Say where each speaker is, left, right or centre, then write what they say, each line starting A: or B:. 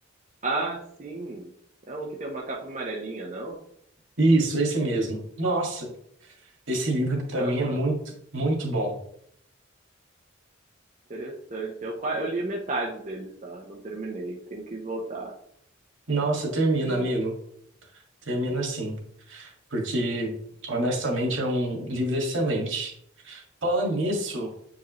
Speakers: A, on the right; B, on the right.
A: Ah, sim! É um que tem uma capa amarelinha, não?
B: Isso, esse mesmo. Nossa, esse livro pra
A: Aham,
B: mim é muito, muito bom.
A: interessante. Eu, qua- eu li metade dele só, não terminei, tenho que voltar
B: Nossa,
A: a
B: termina,
A: terminar.
B: amigo. Termina assim. porque honestamente é um livro excelente. Falando nisso,